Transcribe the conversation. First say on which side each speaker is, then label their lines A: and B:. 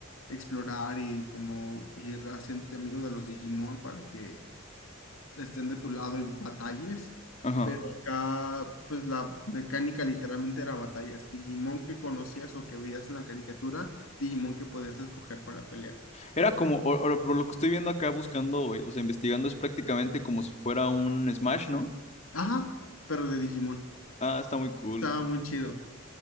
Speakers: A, on the left; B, on the left.
A: explorar y como ir haciéndote amigo de los Digimon para que estén de tu lado y batalles,
B: Ajá.
A: pero acá pues la mecánica literalmente era batallas. Digimon que conocías o que veías en la caricatura, Digimon que podías escoger para pelear.
B: Era como, o- o por lo que estoy viendo acá buscando, o o sea, investigando, es prácticamente como si fuera un Smash, ¿no?
A: Ajá, pero de Digimon.
B: Ah, está muy cool.
A: Estaba muy chido.